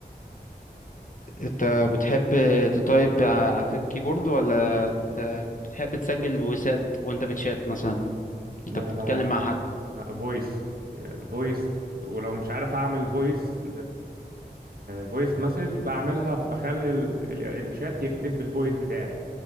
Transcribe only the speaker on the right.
ده
بقى
فويس الفويس ولو مش عارف اعمل فويس فويس مسج بعملها بخلي ال- ال- الشات يكتب بالفويس بتاعي